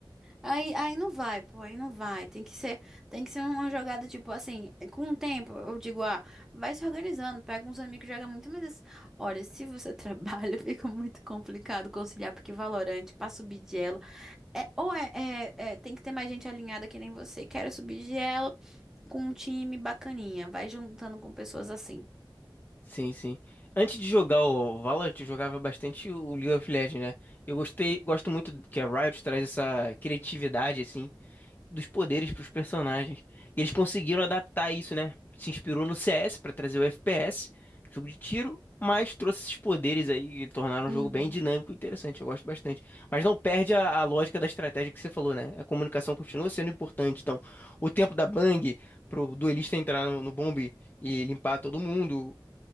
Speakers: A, in the centre; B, on the left.
A: Aí, aí não vai, pô, aí não vai. Tem que ser, tem que ser uma jogada tipo assim, com o tempo, eu digo, ah, vai se organizando, pega uns amigos, joga muito, mas assim, olha, se você <laughs> trabalha, fica muito complicado conciliar, porque Valorante, pra subir de elo, é, ou é, é- é, tem que ter mais gente alinhada que nem você. Quero subir de elo com um time bacaninha, vai juntando com pessoas assim.
B: Sim, sim. Antes de jogar o Valorant, eu jogava bastante o League of Legends, né? Eu gostei, gosto muito que a Riot traz essa criatividade, assim. dos poderes para os personagens. E eles conseguiram adaptar isso, né? Se inspirou no CS para trazer o FPS, jogo de tiro, mas trouxe esses poderes aí que tornaram
A: Uhum.
B: o jogo bem dinâmico e interessante. Eu gosto bastante. Mas não perde a, a lógica da estratégia que você falou, né? A comunicação continua sendo importante. Então, o tempo da Bang pro duelista entrar no, no bombe e limpar todo mundo.